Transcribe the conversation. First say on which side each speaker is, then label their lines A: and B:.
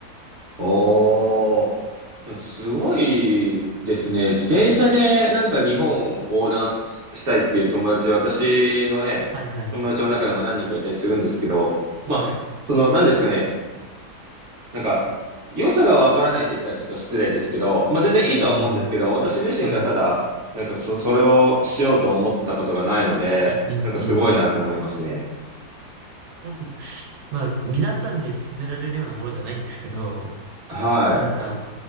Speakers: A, on the right; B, on the right.
A: おー、すごいですね。自転車でなんか日本横断すしたいっていう友達、私のね、
B: はいはい。
A: 友達の中でも何人かいたりするんですけど、
B: はい。
A: まあ、その、何ですかね、なんか、良さがわからないって言ったらちょっと失礼ですけど、まあ全然いいとは思うんですけど、
B: はい、はい、はい。
A: 私自身がただ、
B: はい。
A: なんかそ、それをしようと思ったことがないので、
B: うん、うん、
A: なんかすごいなって思いますね。
B: うん。なんか、まあ、皆さんに勧められるようなものじゃないんですけど、
A: は
B: なんか、